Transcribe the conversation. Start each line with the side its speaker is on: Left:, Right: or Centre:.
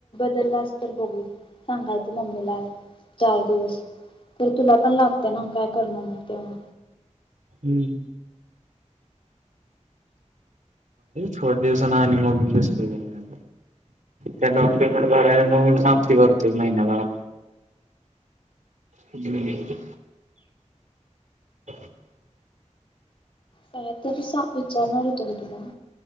Left: बदला, तर बघू सांगायचं मम्मीला चार दिवस तर तुला पण लागते ना? काय करणार मग तेव्हा
Right: हम्म. थोड दिवसाना आणि मग दुसरी घेईन त्या डाऊन पेमेंट भराया मम्मी ला सांगतोय भरतोय महिन्याला हम् <inaudible>
Left: काय तरी सां विचारणार होतो मी तुम्हाला?